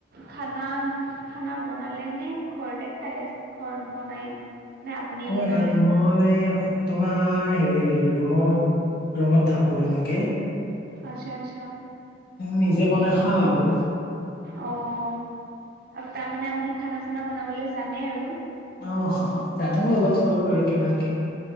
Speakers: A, on the right (about 50°); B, on the left (about 50°).
A: খানা খানা বনালে নে? ঘৰতে খাই আছে! ঘৰত বনাই। নে আপুনিয়ে
B: উম
A: বনালে
B: নাই মই তোমাৰ এয়া তোমাৰ হেৰি ৰুমত থাকো এনেকে।
A: আচ্ছা, আচ্ছা।
B: নিজে বনাই খাওঁ আৰু।
A: অঁ, তাৰমানে আপুনি খানা-চানা বনাবলে জানে আৰু!
B: অঁ, জানো অলপ-চলপ আৰু কিবাকে।